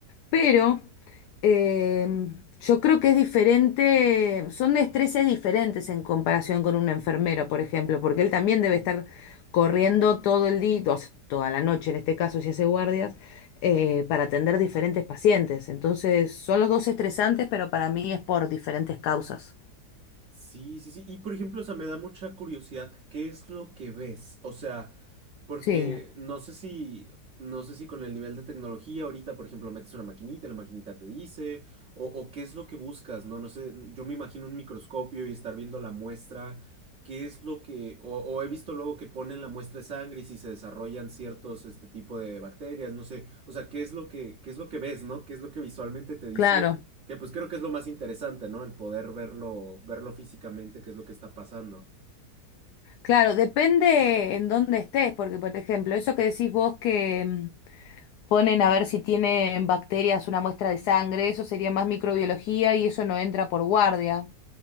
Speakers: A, on the left; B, on the right.
A: Pero eh, yo creo que es diferente, son estreses diferentes en comparación con un enfermero, por ejemplo, porque él también debe estar corriendo todo el día, o sea, toda la noche en este caso si hace guardias eh, para atender diferentes pacientes. Entonces, son los dos estresantes, pero para mí es por diferentes causas.
B: Sí, sí, sí. Y por ejemplo, o sea, me da mucha curiosidad, ¿qué es lo que ves? O sea, porque
A: Sí,
B: no sé si, no sé si con el nivel de tecnología ahorita, por ejemplo, metes una maquinita, y la maquinita te dice, o, o qué es lo que buscas, ¿no? No sé, yo me imagino un microscopio y estar viendo la muestra, ¿qué es lo que, o, o he visto luego que ponen la muestra de sangre y si se desarrollan ciertos, este tipo de bacterias, no sé, o sea, ¿qué es lo que, qué es lo que ves, ¿no? ¿Qué es lo que visualmente te dice?
A: claro,
B: Que pues creo que es lo más interesante, ¿no? El poder verlo, verlo físicamente, qué es lo que está pasando.
A: claro, depende en dónde estés, porque por ejemplo, eso que decís vos que mm, ponen a ver si tienen bacterias una muestra de sangre, eso sería más microbiología y eso no entra por guardia.